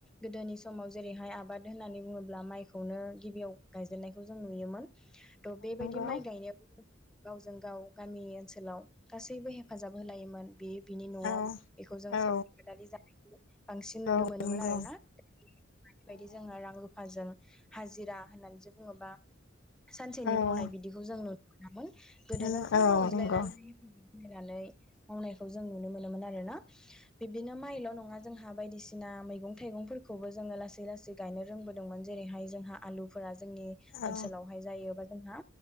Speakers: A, in the centre; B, on the left.
A: गोदोनि समाव जेरैहाय आबाद होननानै बुङोब्ला माइखौनो गिबियाव गायजेननायखौ जों नुयोमोन थ बेबायदि
B: नंगौ
A: माइ गायनायाबो गावजों गाव गामि ओनसोलाव गासैबो हेफाजाब होलायोमोन बे बिनि नआव
B: औ
A: बेखौ जों
B: औ
A: सावरि बादालि जानाय बांसिन नुनो
B: औ
A: मोनोमोन
B: नंगौ
A: आरोना बेबायदि
B: औ
A: जोङो रां रुफाजों हाजिरा होननानैसो बुङो बा सानसेनि
B: औ
A: मावनाय बिदिखौ जों गोदो
B: औ
A: गासैबो अनज्लायनानै
B: नंगौ
A: <unintelligible> फैनानै मावनायखौ जों नुनो मोनोमोन आरो ना। बिब्दिनो माइल नङा। जोंहा बायदिसिना मैगं थाइगंफोरखौबो जोङो लासै लासै गायनो रोंबोदोंमोन जेरैहाय जोंहा आलुफोरा। जोंनि
B: औ
A: ओनसोलावहाय जायो। जोंहा